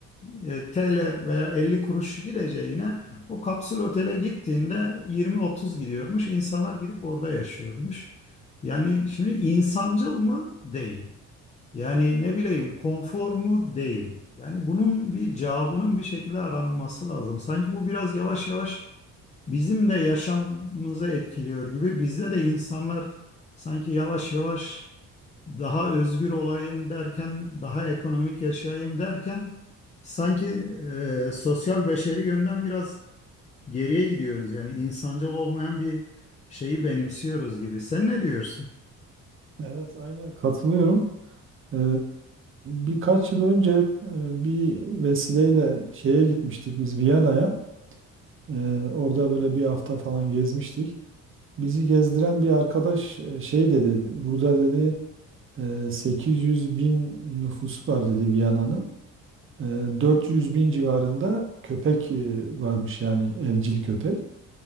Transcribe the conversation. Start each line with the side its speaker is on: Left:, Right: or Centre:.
Left: e, TL veya 50 kuruş gideceğine o kapsül otele gittiğinde 20-30 gidiyormuş. İnsanlar gidip orada yaşıyormuş. Yani şimdi insancıl mı? Değil. Yani ne bileyim konfor mu? Değil. Yani bunun bir cevabının bir şekilde aranması lazım. Sanki bu biraz yavaş yavaş bizim de yaşamımızı etkiliyor gibi. Bizde de insanlar sanki yavaş yavaş daha özgür olayım derken, daha ekonomik yaşayayım derken sanki e, sosyal beşeri yönden biraz geriye gidiyoruz. Yani insancıl olmayan bir şeyi benimsiyoruz gibi. Sen ne diyorsun?
Right: Evet, aynen katılıyorum. Ee, birkaç yıl önce e, bir vesileyle şeye gitmiştik biz Viyana'ya. Ee, orada böyle bir hafta falan gezmiştik. Bizi gezdiren bir arkadaş e, şey dedi, burada dedi e, 800 bin nüfusu var dedi Viyana'nın. E, 400 bin civarında köpek e, varmış yani evcil köpek.